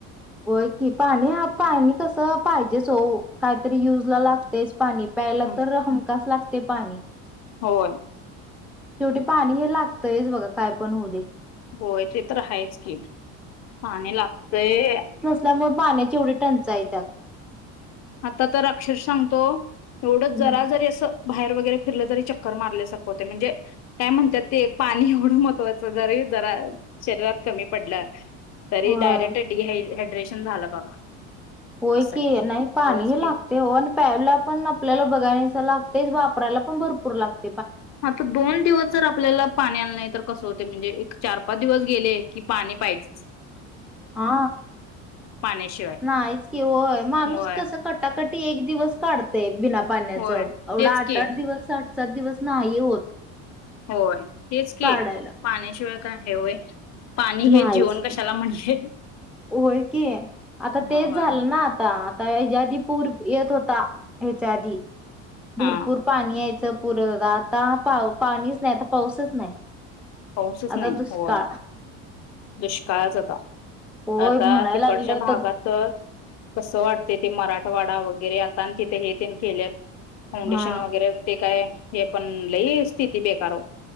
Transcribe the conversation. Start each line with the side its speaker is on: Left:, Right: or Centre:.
Centre: होय की पाणी ह पाणी पाणी कसं पाहिजेच हो काहीतरी यूजला लागतंयच पाणी प्यायला
Left: हम्म
Centre: तर हमखास लागतंय ते पाणी
Left: होय
Centre: शेवटी पाणी हे लागतयच बघा काय पण होऊ दे
Left: होय ते तर हायच की पाणी लागतय
Centre: ल्यामुळे पाण्याची एवढी टंचाई त्यात
Left: आता तर अक्षर सांगतो एवढंच
Centre: हम्म
Left: जरा जरी असं बाहेर वगैरे फिरलं तरी चक्कर मारल्यासारखं होतेय म्हणजे काय म्हणतात ते पाणी एवढं महत्वाचं जरी जरा शरीरात कमी पडलं तरी
Centre: होय
Left: डायरेक्ट डी हायड्रेट रेशन झाला बघा
Centre: होय
Left: असं
Centre: की
Left: आहे
Centre: नाही पाणीही
Left: होयच की
Centre: लागते हो आणि प्यायला पण आपल्याला बघाय लागताय वापरायला पण भरपूर लागत
Left: आता दोन दिवस जर आपल्याला पाणी आलं नाही तर कसं होते म्हणजे एक चार दिवस गेले की पाणी पाहिजे
Centre: हा
Left: पाण्याशिवाय
Centre: नाहीच कि होय माणूस
Left: होय
Centre: कस कटाकट एक दिवस काढतेय बिना पाण्याच
Left: होय
Centre: एवढा
Left: तेच
Centre: आठ
Left: की
Centre: आठ दिवस सात दिवस ना होत
Left: होय तेच की
Centre: काढायला.
Left: पाण्याशिवाय का हेवय पाणी
Centre: नाहीच
Left: हे जीवन
Centre: की.
Left: कशाला म्हणले
Centre: होय की आता तेच
Left: होय
Centre: झालं ना आता च्या आधी पूर येत होता ह्याच्या आधी भरपूर
Left: हा
Centre: पाणी यायचं पुर आता पा पाणीच नाही आता पाऊसच नाही
Left: पाऊसच
Centre: आता
Left: नाही
Centre: दुष्काळ
Left: हो दुष् काळच
Centre: होय
Left: आता
Centre: म्हणायला
Left: तिकडच्या
Centre: लागलं
Left: भागात
Centre: तर
Left: कस वाटते ते मराठवाडा वगैरे आता आणि तिथे हे त केलेत फाउंडेशन
Centre: हा
Left: वगैरे काय हे पण लई स्थिती बेकारो